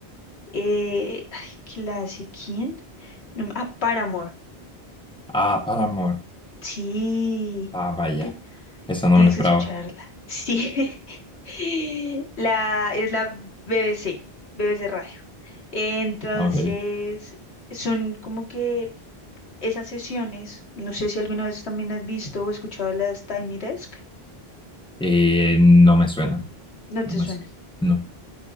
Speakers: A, on the left (about 80°); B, in the centre.
A: Eh, ay, ¿que la hace quién? No me- ah, Paramore.
B: Ah, Paramore.
A: Sí.
B: Ah, vaya.
A: Ti-
B: Esa no
A: Tienes
B: me la esperaba.
A: que escucharla. Sí. <laughs> La, es la BBC, BBC Radio. Entonces,
B: Ok.
A: son como que Esas sesiones, no sé si alguna vez también has visto o escuchado de las Tiny Desk,
B: Eh, no me suena.
A: no te
B: No me
A: suena
B: suena. No.